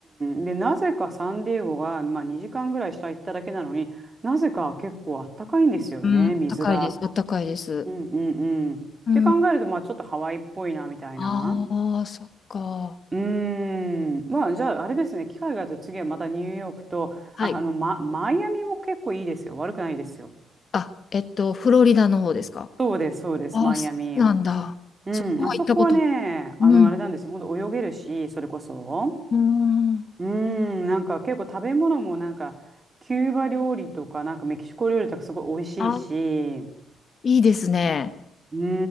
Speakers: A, on the right; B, on the left.
A: ん。で、なぜかサンディエゴが、まあ、2時間ぐらい下行っただけなのになぜか結構あったかいんですよね、
B: うん、
A: 水が。
B: 高いです。あったかいです。
A: うんうんうん。って考えると、
B: うん。
A: まあ、ちょっとハワイっぽいな、みたいな。
B: ああ、そっか。
A: うーん。まあ、じゃあ、あれですね。機会があると次はまたニューヨークと、
B: はい。
A: あ、あの、ま、マイアミも結構いいですよ。悪くないですよ。
B: あ、えっと、フロリダの方ですか。
A: そうです、そうです、
B: ああ、
A: マイアミ。
B: そうなんだ。
A: うん。
B: そこは行ったこと。
A: あそこはね、あの、
B: うん。
A: あれなんですよ。ほんと泳げるし、それこそ。
B: うん。
A: うーん、なんか結構食べ物もなんか、キューバ料理とか、なんかメキシコ料理とかすごい美味しいし、
B: あ、いいですね。
A: うー